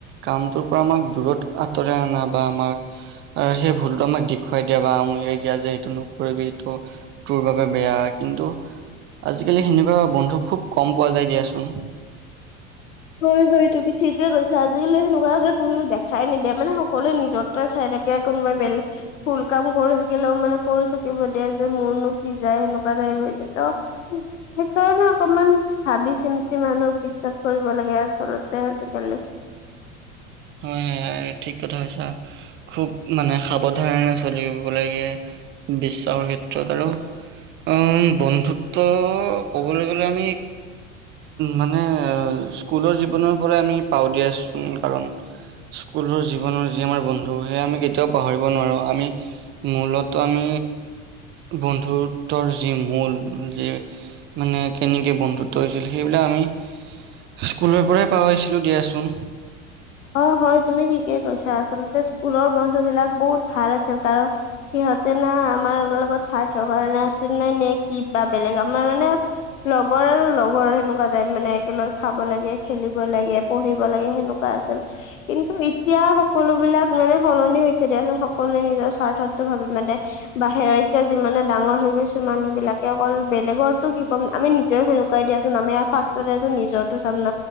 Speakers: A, on the right; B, on the left.
A: কামটোৰ পৰা আমাক দূৰত আঁতৰাই অনা বা আমাক আৰু সেই ভুলতটো আমাক দেখুৱাই দিয়া বা আঙুলিয়াই দিয়া যে সেইটো নকৰিবি এইটো তোৰ বাবে বেয়া কিন্তু আজিকালি সেনেকুৱা বন্ধু খুব কম পোৱা যায়। দিয়াচোন।
B: হয়, হয়। তুমি ঠিকে কৈছা আজিকালি সেনেকুৱাকে কোনো দেখাই নিদিয়া মানে সকলোৱে নিজৰ তই চাই থাকে কোনোবাই বেলেগ- ভুল কাম কৰি থাকিলেও মানে কৰি থাকিব দিয়ে যে মোৰনো কি যায় সেনেকোৱা টাইপ হৈ যায় ত সেইকাৰণে অকমান ভাবি চিন্তি মানুহক বিশ্বাস কৰিব- দিব লাগে আচলতে আজিকালি-
A: হয় হয় ঠিক কথা কৈছা। খুব মানে সাৱধানে চলিব লাগে বিশ্বাসৰ ক্ষেত্ৰত আৰু- অ বন্ধুত্ব ক'বলৈ গ'লে আমি- মানে স্কুলৰ জীৱনৰ পৰাই আমি পাও দিয়াচোন কাৰণ- স্কুলৰ জীৱনৰ যি আমাৰ বন্ধু সেয়া আমি কেতিয়াও পাহৰিব নোৱাৰোঁ আমি- মূলতঃ আমি। বন্ধুত্বৰ যি মূল যি মানে কেনেকৈ বন্ধুত্ব হৈছিল সেইবিলাক আমি। স্কুলৰ পৰাই পাই আহিছিলো দিয়াচোন।
B: হয়, হয় তুমি ঠিকেই কৈছা আচলতে স্কুলৰ বন্ধু বিলাক বহুত ভাল আছিল কাৰণ সিহঁতে না আমাৰ লগত স্বাৰ্থৰ কাৰণে আছিল নে নে কি বা বেলেগ আমাৰ মানে লগৰ আৰু লগৰ সেনেকোৱা টাইপ মানে একেলগে খাব লাগে খেলিব লাগে পঢ়িব লাগে সেনেকোৱা আছিল। কিন্তু এতিয়া সকলো বিলাক মানে সলনি হৈছে দিয়া চোন পাছত সকলোৱে নিজৰ স্বাৰ্থটো ভাবে মানে। বাহেৰে এতিয়া যিমানে ডাঙৰ হৈ গৈছো মানুহ বিলাকে অকল বেলেগৰতো কি ক'ম আমি নিজেও সে শুকাই দিয়াচোন আমি ফাষ্টতেতো নিজৰটো চাম ন